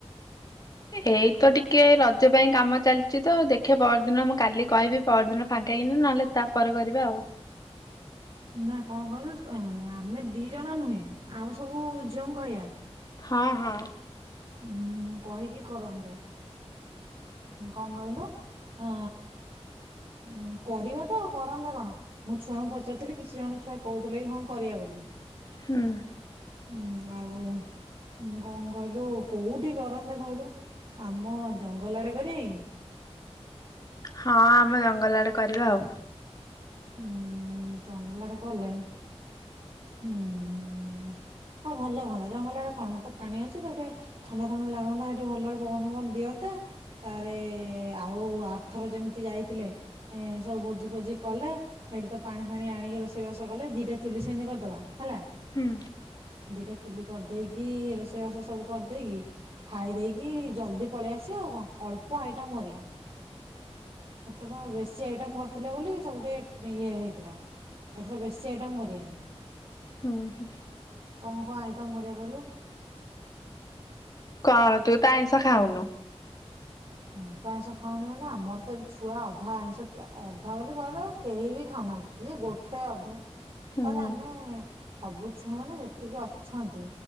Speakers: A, on the left (about 35°); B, on the right (about 50°).
A: ଏଇ ତ ଟିକେ ରଜ ପାଇଁ କାମ ଚାଲିଛି ତ ଦେଖେ ପହରଦିନ ମୁଁ କାଲି କହିବି ପହରଦିନ ଫାଙ୍କା ହେଇକିନା ନହେଲେ ତାପରେ କରିବା ଆଉ।
B: ନା କଣ କହିଲୁ ଆମେ ଦି ଜଣ ନୁହେଁ ଆଉ ସବୁ ଝିଅଙ୍କୁ କହିବା।
A: ହଁ ହଁ।
B: ଉଁ କହିକି କରନ୍ତେ କଣ କହିଲୁ? ହଁ ଉଁ କରିବା ତ ଆଉ କରନ୍ତେ କଣ ମୁଁ ଛୁଆଙ୍କୁ ପଚାରିଥିଲି କିଛି ଜଣ ଛୁଆ କହୁଥିଲେ କି ହଁ କରିବା ବୋଲି।
A: ହୁଁ।
B: ହୁଁ ଆଉ ମୁଁ କଣ କହିଲୁ କୋଉଠି କରନ୍ତେ କହିଲୁ ଆମ ଜଙ୍ଗଲ ଆଡ଼େ କରିବା କି?
A: ହଁ ଆମେ ଜଙ୍ଗଲ ଆଡ଼େ କରିବା ଆଉ।
B: ଉୁଁ ଜଙ୍ଗଲ ଆଡ଼େ କଲେ ହୁଁ ହଁ ଭଲ ହୁଅନ୍ତା ଜଙ୍ଗଲ ଆଡ଼େ କଣ ହେଠେ ତ ପାଣି ଅଛି ତ ହେଠେ ଥଣ୍ଡା ଥଣ୍ଡା ଲାଗନ୍ତା ସେଠି ଭଲରେ ପବନ ଫବନ ଦିଅନ୍ତା। ତାପରେ ଆଉ ଆରଥର ଯେମିତି ଯାଇଥିଲେ ଏ ସବୁ ଭୋଜି ଫୋଜି କଲେ। ସେଠୁ ତ ପାଣି ଫାଣି ଆଣିକି ରୋଷେଇବାସ କଲେ ଦିଟା ଚୁଲି ସେମିତି କରିଦବା ହେଲା।
A: ହୁଁ।
B: ଦିଟା ଚୁଲି କରିଦେଇକି ରୋଷେଇବାସ ସବୁ କରିଦେଇକି। ଖାଇ ଦେଇେକି ଜଲ୍ଦି ପଳେଇ ଆସିବା ଆଉ କଣ ଅଳ୍ପ ଆଇଟମ କରିବା। ସେଥର ବେଶୀ ଆଇଟମ କରିଥିଲେ ବୋଲି ସବୁ ଟିକେ ଇଏ ହେଇଥିଲା। ଏଥର ବେଶୀ ଆଇଟମ୍ କରିବାନି।
A: ହୁଁ ହୁ।
B: କଣ କଣ ଆଇଟମ୍ କରିବାକୁ କହିଲୁ?
A: କଣ ତୁ ତ ଆଇଁଷ ଖାଉନୁ?
B: ମୁଁ ତ ଆଇଁଷ ଖାଉନି ମାନେ ଆମର ତ ଏ ଛୁଆ ଅଧା ଆଇଁଷ କିଏ ଅଧା ବୋଲି କହିଲ କେହି ବି ଖାଉନାହାନ୍ତି। ଇଏ ଗୋଟେ ଅଧେ
A: ହୁଁ
B: ତାର ଆମେ ସବୁ ଛୁଆ ମାନେ ଯେତିକି ଅଛନ୍ତି